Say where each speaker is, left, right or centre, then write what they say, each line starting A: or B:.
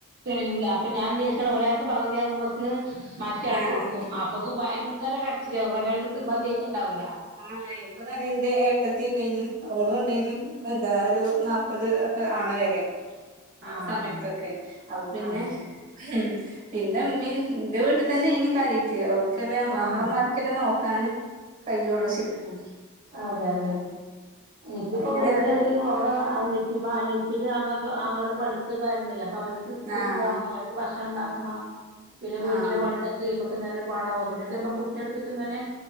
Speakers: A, on the right; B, on the right.
A: കഴൂല്ല അപ്പൊ ഞാൻ ച ഒരാൾക്ക് പകുതിയാ ആകുമ്പൊക്ക് മറ്റയാൾക്ക്
B: ആഹ്
A: കൊടുക്കും അപ്പൊക്ക് ഭയങ്കര കരച്ചിലാകും പറെ അവക്ക് മതിയായിട്ട്ണ്ടാവില്ല
B: ഒന്നും കഴിയും <unintelligible> നക്ക നല്ലന്റെ ഏട്ടത്തി ഉണ്ടേനും ഓള ഉണ്ടെനും എന്താ ഒരു നാല്പ്പത് ഒക്കെ ആവണ വരെ
A: ആഹ്
B: ആ സമയത്തൊക്കെ അപ്പൊ പിന്നെ
A: അതെ
B: ഉം പിന്നെ മ്മീംന്റെ വീട്ടിൽ തന്നേണ് അനിയത്തി ഓക്കല്ല നമ്മളെ
A: ആഹ്
B: ഇമ്മാര് ച്ച്ന്നെ നോക്കാന് കയ്യോള്ളൂ
A: അതെ
B: ശര്ക്ക്‌
A: അതെ അതെ നിക്കിപ്പോ
B: എങ്ങനെ
A: വീട്ടിലായാലും
B: എന്നിട്ട്
A: അവിടെ ഇമാ അനിയത്തീൽ ആങ്ങളാരും പഠിക്കൊക്കെ ആയിരുന്നെ. അപ്പൊ അവർക്ക് സ്കൂൾക്ക്
B: ആഹ്
A: പോണം മ ഭക്ഷണം ഉണ്ടാക്കണം പിന്നെ വീട്ടിലെ
B: ആഹ്
A: പനീകള് അത് കഴിയുമ്പോ തന്നെ നേരൊരു പാടാകും അതിനല്ലെമ്മ കുട്ടിനെടുത്തിട്ടിങ്ങനെ